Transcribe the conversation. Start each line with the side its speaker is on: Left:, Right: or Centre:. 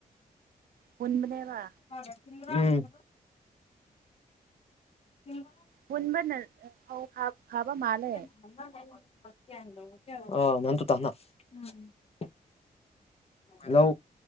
Right: ꯍꯨꯟꯕꯅꯦꯕ
Left: ꯎꯝ ꯎꯝ
Right: ꯍꯨꯟꯕꯅ ꯐꯧ ꯊꯥꯕ ꯊꯥꯕ ꯃꯥꯜꯂꯦ
Left: <unintelligible> ꯍꯜꯂꯣ